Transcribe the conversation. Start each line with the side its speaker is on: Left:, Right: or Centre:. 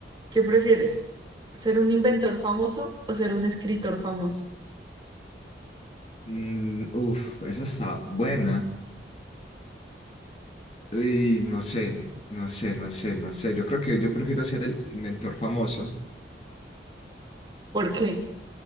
Right: ¿Qué prefieres? ¿Ser un inventor famoso o ser un escritor famoso?
Left: Mm, uf, esa está buena. Y no sé, no sé, no sé, no sé. Yo creo que yo prefiero ser el mentor famoso.
Right: ¿Por qué?